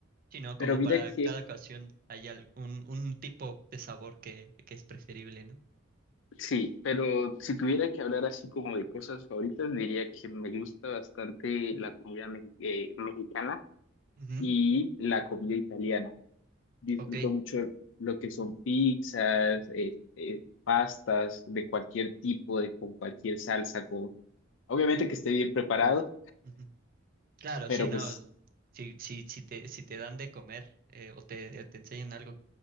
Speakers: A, on the right; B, on the left.
A: Sí, ¿no?
B: Pero
A: Como
B: mira
A: para
B: que,
A: cada ocasión hay algún un tipo de sabor que, que es preferible, ¿no?
B: sí, pero si tuviera que hablar así como de cosas favoritas, diría que me gusta bastante la comida mexi- eh, mexicana
A: Ujú,
B: y la comida italiana. disfruto
A: Ok.
B: mucho lo que son pizzas, eh, eh, pastas de cualquier tipo, de, con cualquier salsa, con, obviamente que esté bien preparado,
A: Ujú. Claro,
B: pero
A: sí, no.
B: pues,
A: Si, si, si te, si te dan de comer eh, o te, te enseñan algo